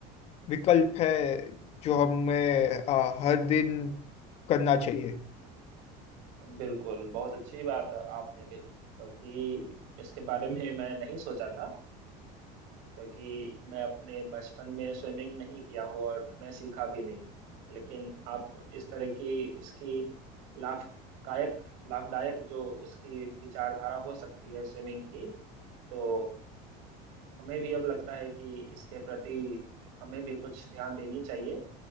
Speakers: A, on the left; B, on the right.
A: विकल्प है जो हमें आ, हर दिन करना चाहिए
B: बिल्कुल बहुत अच्छी बात आपने कही क्योंकि इसके बारे में मैं नहीं सोचा था क्योंकि मैं अपने बचपन में स्विमिंग नहीं किया हूँ और मैं सीखा भी नहीं लेकिन आप इस तरह की इसकी लाभदायक लाभदायक जो उसकी विचारधारा हो सकती है स्विमिंग की तो हमें भी अब लगता है कि इसके प्रति हमें भी कुछ ध्यान देनी चाहिए